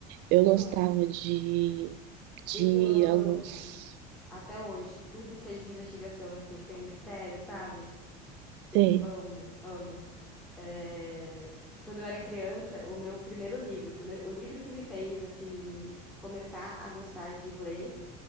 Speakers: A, on the right; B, in the centre.
A: Eu gostava
B: Nossa,
A: de, de
B: eu amo
A: alguns.
B: até hoje tudo que é de investigação, assim, que tem um mistério, sabe? Eu
A: Sim.
B: amo, amo. É, Quando eu era criança, o meu primeiro livro, o primeiro, o livro que me fez assim começar a gostar de ler